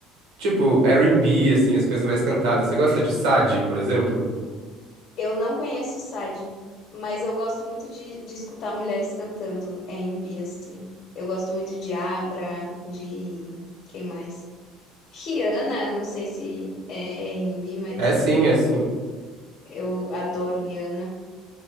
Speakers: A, on the right (about 80°); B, on the left (about 50°).
A: tipo, R&B, assim, as coisas mais cantadas. Você gosta de Sade, por exemplo?
B: Eu não conheço o Sade, mas eu gosto muito de, de escutar mulheres cantando é R&B, assim. Eu gosto muito de Abra, de... quem mais? Rihanna, não sei se é R&B, mas
A: É sim, é sim.
B: eu adoro Rihanna.